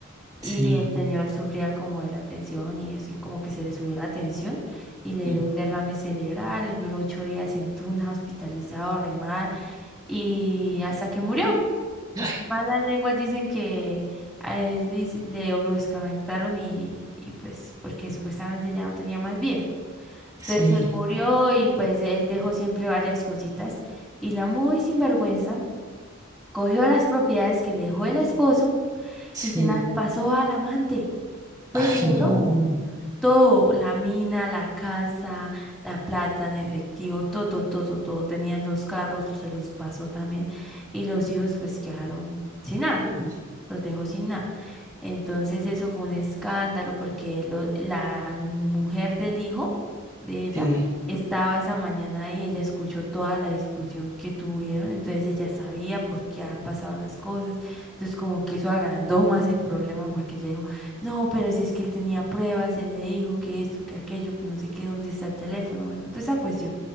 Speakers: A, in the centre; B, on the right.
A: Y
B: Sí.
A: el señor sufría como de la tensión y eso, y como que se le subió la tensión y le
B: Mm.
A: dio un derrame cerebral, le duró ocho días en Tuna, hospitalizado, re mal, y hasta que murió.
B: Ay,
A: Malas lenguas dicen que a él lis- le, lo desconectaron y, y pues porque supuestamente ya no tenía más vida. Entonces
B: sí,
A: él murió y pues él dejó siempre varias cositas. Y la muy sinvergüenza cogió las propiedades que le dejó el esposo
B: sí.
A: y se las pasó al amante. ¿Puede
B: Ay,
A: creerlo?
B: no.
A: Todo, la mina, la casa, la plata en efectivo, todo, todo, todo. Tenían dos carros, se los pasó también. Y los hijos pues quedaron sin nada,
B: Mm.
A: los dejó sin nada. Entonces eso fue un escándalo porque lo- la mujer del hijo de ella
B: Sí.
A: estaba esa mañana ahí, ella escuchó toda la discusión que tuvieron, entonces ella sabía por qué han pasado las cosas, entonces como que eso agrandó más el problema porque ella dijo, no, pero si es que él tenía pruebas, él le dijo que esto, que aquello, que no sé qué, dónde está el teléfono, bueno, toda esa cuestión.